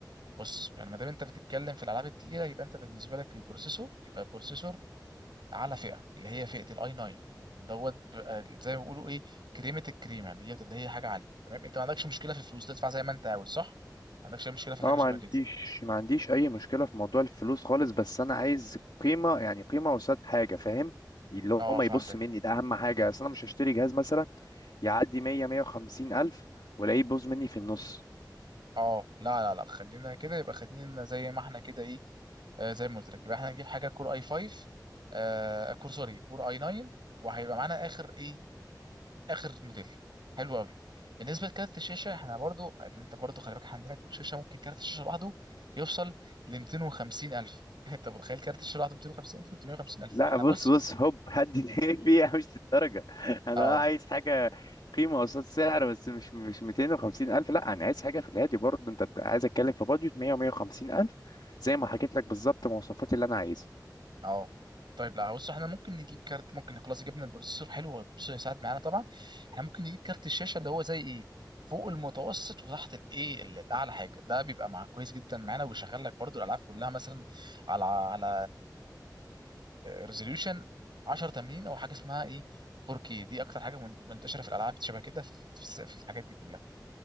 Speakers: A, on the right; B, on the left.
A: بص يعني ما دام انت بتتكلم في الالعاب التقيله يبقى انت بالنسبه لك البروسيسور يبقى بروسيسور اعلى فئه اللي هي فئه الاي 9 دوت بيبقى زي ما بيقولوا ايه كريمه الكريمه ديت اللي هي حاجه عاليه تمام انت ما عندكش مشكله في الفلوس تدفع زي ما انت عاوز صح ما عندكش اي مشكله في الحاجه
B: اه
A: شبه
B: ما عنديش
A: كده
B: ما عنديش اي مشكله في موضوع الفلوس خالص بس انا عايز قيمه يعني قيمه قصاد حاجه فاهم اللي هو
A: اه
B: ما
A: فهمتك
B: يبص مني ده اهم حاجه اصل انا مش هشتري جهاز مثلا يعدي 100 150 الف والاقيه يبوظ مني في النص
A: اه لا لا لا خلينا كده يبقى خلينا زي ما احنا كده ايه آه زي ما قلت لك يبقى احنا هنجيب حاجه كور اي 5 آه آه، كور سوري كور اي 9 وهيبقى معانا اخر ايه اخر موديل حلو قوي بالنسبه لكارت الشاشه احنا برضو انت برضو خلي بالك احنا عندنا كروت شاشه ممكن كارت الشاشه لوحده يوصل ل 250 الف <laughs> انت متخيل كارت الشاشه لوحده 250 الف 350 الف
B: لا
A: فاحنا
B: بص
A: بص
B: بص هوب هدي ليه فيها مش للدرجه انا
A: اه
B: اه عايز حاجه قيمه قصاد سعر بس مش مش 250 الف لا انا عايز حاجه في الهادي برضه انت بت- عايز اتكلم في بادجت 100 150 الف زي ما حكيت لك بالظبط مواصفات اللي انا عايزها
A: اه طيب لا بص احنا ممكن نجيب كارت ممكن خلاص جبنا البروسيسور حلو البروسيسور هيساعد معانا طبعا احنا ممكن نجيب كارت الشاشه اللي هو زي ايه فوق المتوسط وتحت الايه ال- الاعلى حاجه ده بيبقى مع كويس جدا معانا ويشغل لك برضو الالعاب كلها مثلا على على ريزوليوشن 1080 او حاجه اسمها ايه 4K دي اكتر حاجه من- منتشره في الالعاب شبه كده في, في, الس- في الحاجات دي كلها